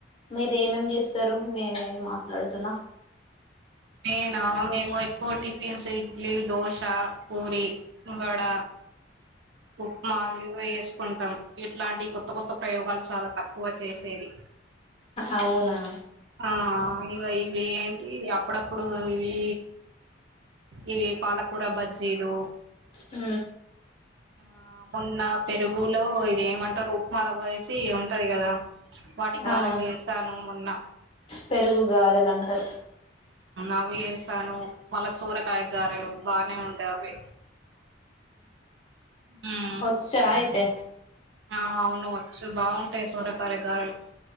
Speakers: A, on the left; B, on the right.
A: మీరు ఏమేం చేస్తారు నేనే మాట్లాడుతున్నా
B: నేనా మేము ఎక్కువ టిఫిన్స్ ఇడ్లీ దోశ పూరి వడ ఉప్మా ఇవ వేసుకుంటాం ఇట్లాంటి కొత్త కొత్త ప్రయోగాలు చాలా తక్కువ చేసేది
A: అవునా
B: ఆ ఇగా ఇవి ఏంటి అ అప్పుడప్పుడు ఇవి ఇవి పాలకూర బజ్జీలు
A: ఆ
B: ఆ మొన్న పెరుగులో ఇది ఏమంటారు ఉప్మా రవ్వ వేసి ఉంటది కదా వాటి గారలు
A: అవును
B: చేసాను మొన్న
A: పెరుగు గారెలు అంటారు
B: అవవి చేసాను మళ్ళ సూరకాయగారలు బానే ఉండేవి మ్మ్
A: వచ్చ అయితే
B: ఆ అవును వచ్చు బాగుంటాయి సోరకార గారులు